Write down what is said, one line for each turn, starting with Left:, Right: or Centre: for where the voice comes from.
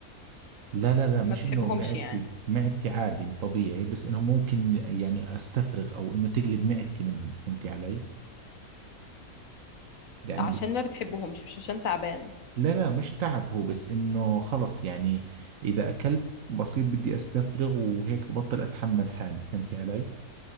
Right: لا لا لا مش
Left: ما بتحبهمش
Right: انه معدتي
Left: يعني
Right: معدتي عادي طبيعي بس انه ممكن يعني استفرغ او انه تقلب معدتي منهم فهمتي علي يعني
Left: عشان
Right: ب-
Left: ما بتحبهمش مش عشان تعبان
Right: لا لا مش تعب هو بس انه خلص يعني اذا اكلت بصير بدي استفرغ وهيك ببطل اتحمل حالي فهمتي علي